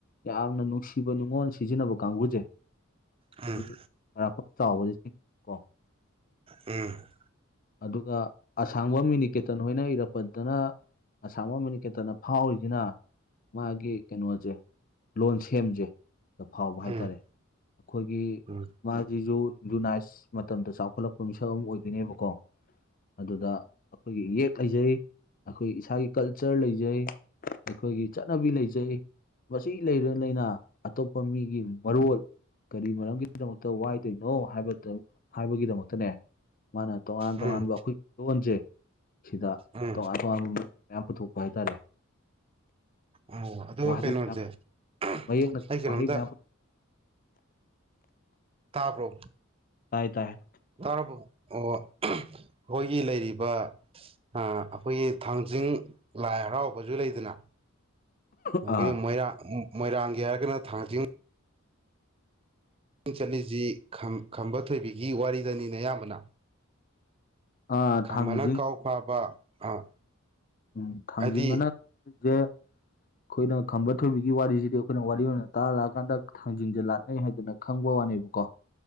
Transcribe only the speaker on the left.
ꯌꯥꯝꯅ ꯅꯨꯡꯁꯤꯕ ꯅꯨꯡꯉꯣꯟ ꯁꯤꯖꯤꯟꯅꯕ ꯀꯥꯡꯕꯨꯁꯦ
<unintelligible> ꯈ꯭ꯋꯥꯏꯔꯥꯛꯄꯝ ꯆꯥꯎꯕ <unintelligible>
ꯑꯗꯨꯒ ꯑꯁꯥꯡꯕꯝ ꯃꯤꯅꯤꯀꯦ ꯇꯟ ꯍꯣꯏꯅ ꯏꯔꯛꯄꯗꯅ ꯑꯁꯥꯡꯕꯝ ꯃꯤꯅꯤꯀꯦꯇꯟꯅ ꯐꯥꯎꯔꯤꯖꯤꯅ ꯇ ꯃꯥꯒꯤ ꯀꯩꯅꯣꯖꯦ ꯂꯣꯟ ꯁꯦꯝꯖꯦ ꯁꯤꯗ ꯐꯥꯎꯕ
ꯍꯥꯏꯇꯥꯔꯦ ꯑꯩꯈꯣꯏꯒꯤ
ꯃꯥꯖꯤꯖꯨ ꯌꯨꯅꯥꯏꯁ ꯃꯇꯝꯗ ꯆꯥꯎꯈꯠꯂꯛꯄ ꯃꯤꯁꯛ ꯑꯃꯥ ꯑꯣꯏꯗꯣꯏꯅꯦꯕꯀꯣ ꯑꯗꯨꯗ ꯑꯩꯈꯣꯏꯒꯤ ꯏꯌꯦꯛ ꯂꯩꯖꯩ ꯑꯩꯈꯣꯏ ꯏꯁꯥꯒꯤ ꯀꯜꯆꯔ ꯂꯩꯖꯩ ꯑꯩꯈꯣꯏꯒꯤ ꯆꯠꯅꯕꯤ ꯂꯩꯖꯩ ꯃꯁꯤ ꯂꯩꯔ ꯂꯩꯅ ꯑꯇꯣꯞꯄ ꯃꯤꯒꯤ ꯃꯔꯣꯜ ꯀꯔꯤ ꯃꯔꯝꯒꯤꯗꯃꯛꯇ ꯋꯥꯏꯗꯣꯏꯅꯣ ꯍꯥꯏꯕꯗꯪ ꯍꯥꯏꯕꯒꯤꯗꯃꯛꯇꯅꯦ ꯃꯥꯅ ꯇꯣꯉꯥꯟ
ꯇꯣꯉꯥꯟꯕ
ꯑꯩꯈꯣꯏ ꯂꯣꯟꯖꯦ ꯁꯤꯗ
ꯇꯣꯉꯥꯟ ꯇꯣꯉꯥꯟꯕ <unintelligible> ꯃꯌꯥꯝ ꯄꯨꯊꯣꯛꯄ ꯍꯥꯏꯇꯥꯔꯦ
ꯋꯥꯍꯩ
ꯃꯌꯥꯝ
ꯃꯌꯦꯛꯅ
ꯋꯥꯍꯩ ꯃꯌꯥꯝ
ꯇꯥꯏ ꯇꯥꯏ
ꯑꯥ
ꯑꯥ
ꯊꯥꯡꯖꯤꯡ
ꯎꯝ ꯊꯥꯡꯖꯤꯡꯑꯅ
<unintelligible> ꯖꯦ ꯑꯩꯈꯣꯏꯅ ꯈꯝꯕ ꯊꯣꯏꯕꯤꯒꯤ ꯋꯥꯔꯤꯁꯤꯗꯤ ꯑꯩꯈꯣꯏꯅ ꯋꯥꯔꯤ ꯑꯣꯏꯅ ꯇꯥꯔ ꯂꯥꯛꯑꯀꯥꯟꯗ ꯊꯥꯡꯖꯤꯟꯁꯦ ꯂꯥꯠꯅꯩ ꯍꯥꯏꯗꯅ ꯈꯪꯕ ꯋꯥꯅꯦꯕꯀꯣ